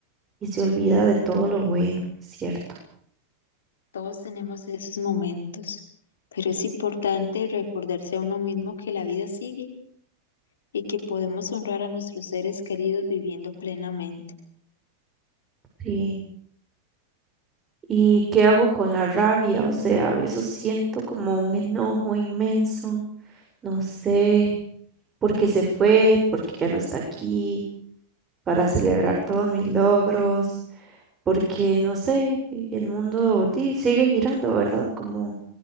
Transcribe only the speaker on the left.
Todos tenemos esos momentos, pero es importante recordarse a uno mismo que la vida sigue y que podemos honrar a nuestros seres queridos viviendo plenamente.